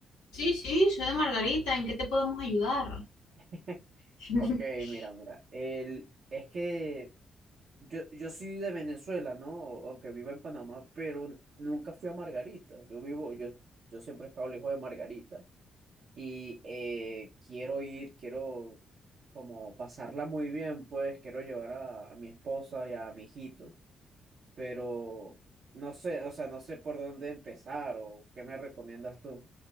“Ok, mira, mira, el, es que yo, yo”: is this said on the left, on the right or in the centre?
Right